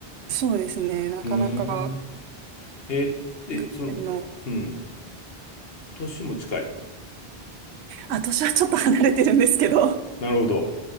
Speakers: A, on the right; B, on the left.
A: そうですね。なかなか
B: うーん。え、え、
A: 偶然の、
B: その、うん。年も近い。
A: あ、年はちょっと離れてるんですけど、
B: なるほど。